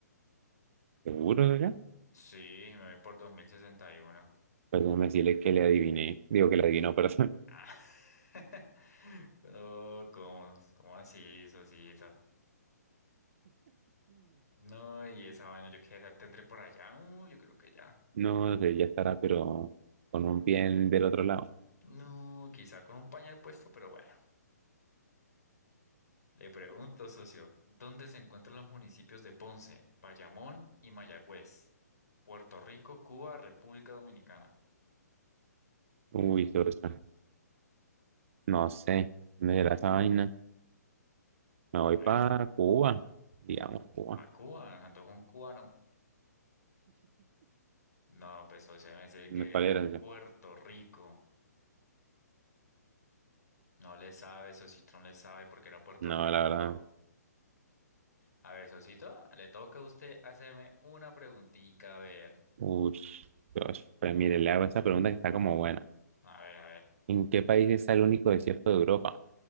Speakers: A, on the right; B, on the left.
A: ¿Seguro, socio?
B: Sí, me voy por 2061.
A: Pues déjame decirle que le adiviné. Digo que le adivinó, <laughs> perdón.
B: Ah. <laughs> No, ¿cómo, cómo así, socito? No, y esa vaina, ¿yo qué edad tendré por allá? No, yo creo que ya.
A: No sé, ya estará, pero con un pie en- del otro lado.
B: No, quizá con un pañal puesto, pero bueno. Le pregunto, socio, ¿dónde se encuentran los municipios de Ponce, Bayamón y Mayagüez? Puerto Rico, Cuba, República Dominicana.
A: Uy, socio, no sé. ¿Dónde será esa vaina? Me voy para
B: ¿Bien?
A: Cuba. Digamos, Cuba.
B: A Cuba, entonces un cubano. No, pues socio, me decir que
A: ¿Cuál
B: era
A: era,
B: en
A: socio?
B: Puerto Rico. No le sabe, socito, no le sabe porque era Puerto
A: No,
B: Rico.
A: la verdad,
B: A ver, socito, le toca a usted hacerme una preguntita, a ver.
A: Uy, Dios, pues mire, le hago esta pregunta que está como buena.
B: A ver, a ver.
A: ¿En qué país está el único desierto de Europa?